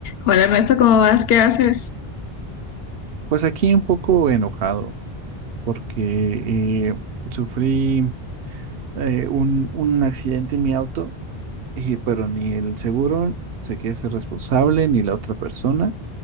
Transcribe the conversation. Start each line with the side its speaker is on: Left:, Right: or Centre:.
Left: Hola Ernesto, ¿cómo vas? ¿Qué haces?
Right: Pues aquí un poco enojado porque eh, sufrí eh, un, un accidente en mi auto, y, pero ni el seguro se quiere ser responsable, ni la otra persona.